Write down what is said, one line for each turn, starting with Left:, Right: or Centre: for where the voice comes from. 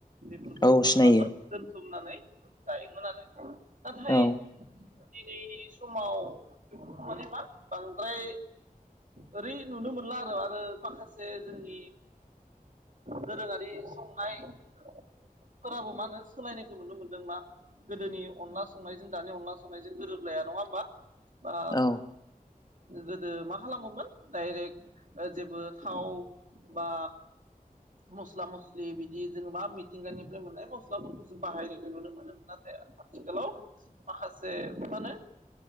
Right: बेफोरखौबो
Left: औ
Right: मा
Left: सिनायो
Right: खालामो। थुमनानै जायोमोन आरो नाथाय
Left: औ
Right: दिनैनि समाव बेफोर माने मा बांद्राय ओरै नुनो मोनला आरो आरो माखासे जोंनि दोरोङारि संनायफोराबो मा होनो सोलायनायखौ नुनो मोनदों मा गोदोनि अनला संनायजों दानि अनला संनायजों गोरोबलाया नङा होमबा? बा
Left: औ
Right: गोदो मा खालामोमोन डायरेक्ट जेबो थाव बा मस्ला मस्लि बिदि जों मा मिथिंगानिफ्राय मोननाय मस्लाफोरखौ बाहायनायखौ नुनो मोनोम नाथाय आथिखालाव माखासे मा होनो